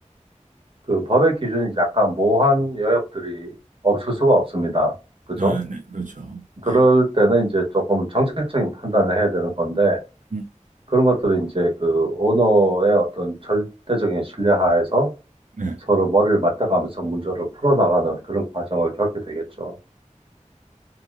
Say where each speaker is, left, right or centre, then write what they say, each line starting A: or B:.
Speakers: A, on the right (about 45°); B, on the right (about 80°).
A: 그 법의 기준이 약간 모호한 여역들이 없을 수가 없습니다. 그죠?
B: 아, 네. 그렇죠.
A: 그럴
B: 네.
A: 때는 이제 조금 정책적인 판단을 해야 되는 건데,
B: 음.
A: 그런 것들은 이제 그 오너의 어떤 절대적인 신뢰하에서
B: 네.
A: 서로 머리를 맞대가면서 문제를 풀어나가는 그런 과정을 겪게 되겠죠.